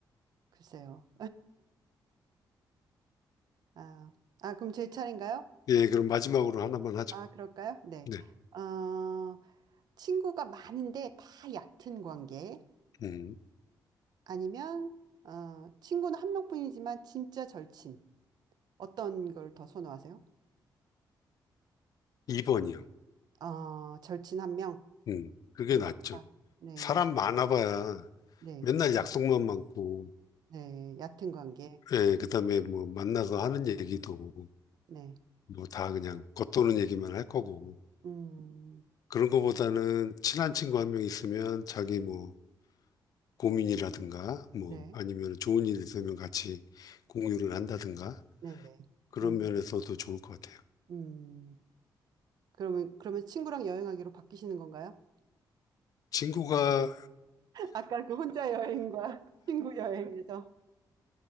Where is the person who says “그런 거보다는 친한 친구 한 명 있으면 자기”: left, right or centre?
Left